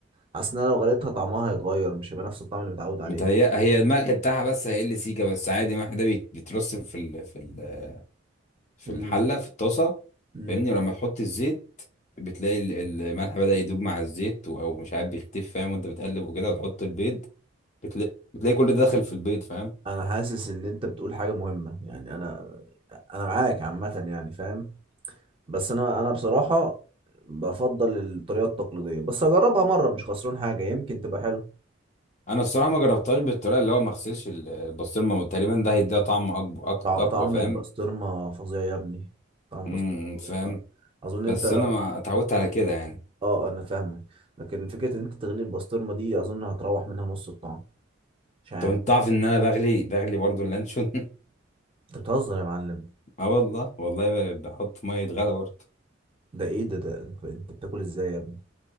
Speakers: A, on the right (about 25°); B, on the left (about 35°).
A: حاسس إن أنا لو غليتها طعمها هيتغير مش هيبقى نفس الطعم اللي متعود عليه
B: متهيأ هي الملح بتاعها بس هيقل سيكه بس عادي الملح ده بيت- بيترص في ال... في ال... في
A: امم
B: الحله في الطاسه
A: امم
B: فاهمني ولما تحط الزيت بتلاقي ال- الملح بدأ يدوب مع الزيت و- او مش عارف بيختف فاهم وانت بتقلب وكده وتحط البيض بتلاقي بتلاقي كل ده داخل في البيض فاهم
A: أنا حاسس إن أنت بتقول حاجة مهمة يعني أنا أنا معاك عامة يعني فاهم بس أنا أنا بصراحة بفضل الطريقة التقليدية بس أجربها مرة مش خسران حاجة يمكن تبقى حلو
B: انا الصراحه ما جربتهاش بالطريقه اللي هو ما اغسلش ال- البسطرمه تقريبا ده هيديها طعم أكب- أك-
A: طع-
B: اقوى
A: طعم
B: فاهم
A: البسطرمة فظيع يا ابني طعم البسطرمة
B: امم
A: فظيع
B: فاهم
A: فأظن أنت
B: بس
A: لو
B: انا ما اتعودت على كده يعني
A: اه انا فاهمك لكن فكره ان انت تغلي البسطرمه دي اظن هتروح منها نص الطعم مش عارف
B: طب انت تعرف ان انا بغلي بغلي برضو اللانشون
A: انت بتهزر يا معلم
B: <laughs> اه والله والله ب- بحط ميه غلا برضو
A: ده ايه ده ده انت, انت بتاكل ازاي يا ابني